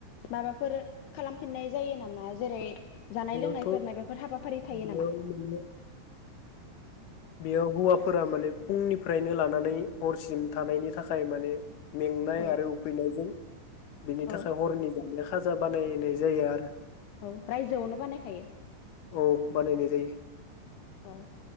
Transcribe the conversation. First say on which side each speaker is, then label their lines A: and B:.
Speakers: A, on the left; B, on the left.
A: माबाफोर खालामफिननाय जायो नामा? जेरै- जानाय
B: बेयावथ'
A: लोंनायफोर माबाफोर हाबाफारि थायो
B: बेयाव
A: नामा?
B: माने बेयाव हौवाफोरा माने फुंनिफ्रायनो लानानै हरसिम थानायनि थाखाय माने मेंनाय
A: औ
B: आरो उखैनायजों बिनि
A: औ
B: थाखाय हरनि बिदिनो खाजा बानायनाय जायो आरो।
A: औ रायजोआवनो बानायखायो?
B: औ बानायनाय जायो।
A: औ